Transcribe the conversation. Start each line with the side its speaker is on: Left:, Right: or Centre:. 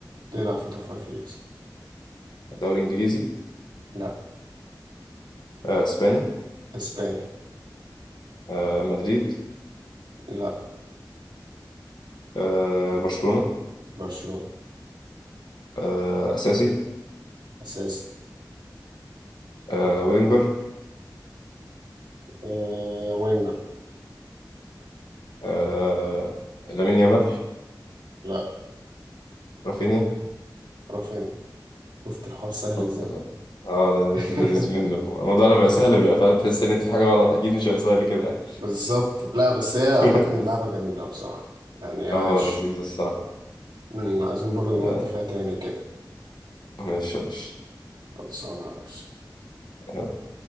Right: تلعب في توب فايف ليجز
Left: دوري إنجليزي
Right: لا
Left: آه، إسباني
Right: اسباني
Left: آه، مدريد
Right: لا
Left: آه، برشلونة
Right: برشلونة
Left: آه، أساسي
Right: اساسي
Left: آه، وينجر
Right: أه وينجر
Left: آه، لامين يامال
Right: لا
Left: رافينيا
Right: رافينيا شفت الحوار سهل
Left: الحمد
Right: ازاي
Left: لله اه
Right: <laughs>
Left: لذيذ منه الموضوع لما سهل بيبقى فاهم تحس ان انت في حاجه غلط اكيد مش هيبقى سهل كده يعني.
Right: بالظبط لا بس هي
Left: <laughs>
Right: عامة اللعبة جميلة بصراحة يعني عايش
Left: اه لذيذ الصراحه
Right: مم، عايزين برضو
Left: لا
Right: نودي فيها تاني كده
Left: ماشي ماشي
Right: خلصانة يا ريس
Left: آه.